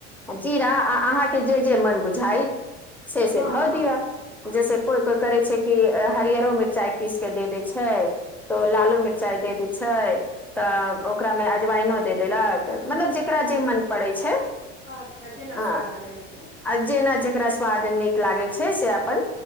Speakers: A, in the centre; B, on the right (about 75°).
A: जीरा आ अहाँके जे जे मन बुझाय‌ य से से
B: हँ
A: धऽ
B: हँ
A: दिअ जैसे कोइ कोइ करै छै कि हरियरो मिरचाइ पीस के दे देै छै तो लालू मिरचाइ दे दै छै तऽ ओकरामे अजवाइनो दे देलक मतलब जेकरा जे मन पड़ै छै
B: अच्छा जेना
A: हँ
B: स्वाद लगै छै
A: आ जेना जेकरा स्वाद नीक लागै छै से अपन